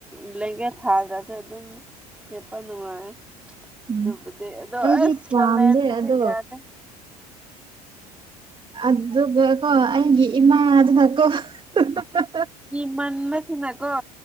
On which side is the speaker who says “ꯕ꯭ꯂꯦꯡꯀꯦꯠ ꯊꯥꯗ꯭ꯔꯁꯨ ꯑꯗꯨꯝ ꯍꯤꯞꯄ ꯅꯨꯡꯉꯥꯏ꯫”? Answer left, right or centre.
Centre